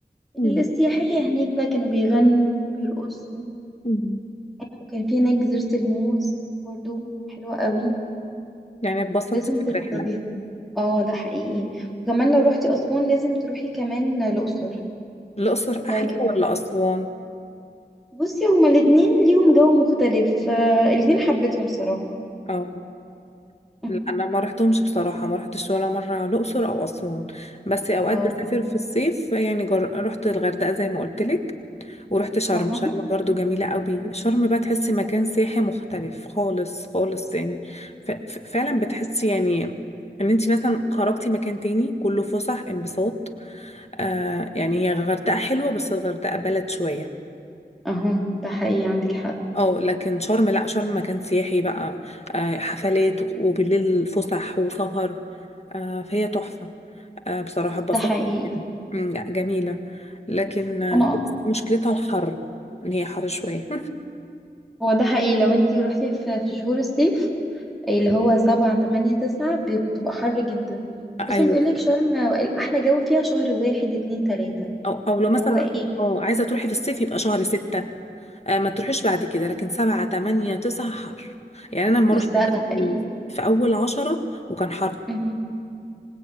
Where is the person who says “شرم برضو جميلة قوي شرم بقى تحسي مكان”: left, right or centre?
Left